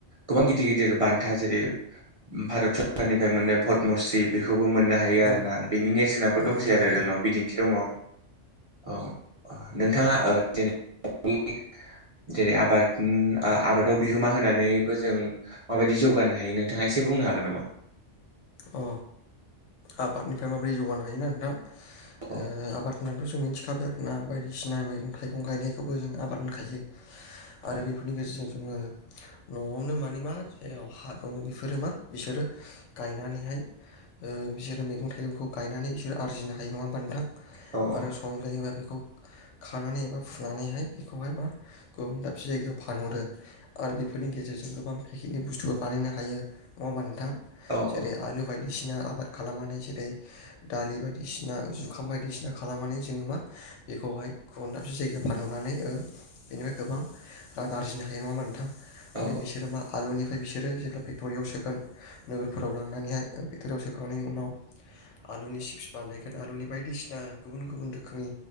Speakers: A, on the right (about 40°); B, on the left (about 80°).
A: गोबां गिदिर गिदिर बान्था जेरै भारत सरखारनिफ्राय मोननाय पद्मश्री बेखौ बो मोननो हायो
B: औ
A: आरोना बेनि नेरसोनाबो
B: नंगौ
A: दंसै
B: नोंथां
A: आरो
B: नंगौ
A: जोंनाव बिदिन्थि दङ औ नोंथाङा <unintelligible> आबाद आबादाव बिहोमा होनानैबो जों माबायदि जौगानो हायो नोंथाङा एसे बुंनो हागोन नामा?
B: अ आबादनिफ्राय माबोरै जौगानो हायोना नोंथां?
A: औ
B: ओ आबाद <unintelligible> मिथिखाबाय आरो ना बायदिसिना मैगं थाइगं गायनायखौबो जों आबाद <unintelligible> आरो
A: औ
B: बेफोरनि खायसे जोङो न'आवनो मानि मा जेराव हा दङ बेफोरो मा बिसोरो गायनानैहाय ओ बिसोरो मैगं थाइगंखौ गायनानै बिसोर आरजिनो हायो नङा होमबा नोंथां?
A: औ औ
B: आरो संजायोना बेखौ खानानै एबा फुनानैहाय बेखौहाय मा गुबुन दाबसे जायगायाव फानहरो आरो बेफोरनि गेजेरजों गोबां पेकेटनि बुस्थुबो बानायनो हायो नङा होमबा नोंथां?
A: औ
B: जेरै आलु बायदिसिना आबाद खालामनानै जेरै दालि बायदिसिना जुखाम बायदिसिना खालामनानै जोङो मा बेखौहाय गुबुन दाबसे जायगायाव फानहरनानै ओ बेनिफ्राय गोबां रां आरजिनो हायो नङा होमबा नोंथां? आरो
A: औ
B: बिसोर मा आलुनि ओमफ्राय बिसोरो जेब्ला फेक्टरियाव सोगोन नोगोर फोराव लांनानैहाय बिथथोराव सोखांनायनि उनाव आलुनि चिप्स बानायगोन आलुनि बायदिसिना गुबुन गुबुन रोखोमनि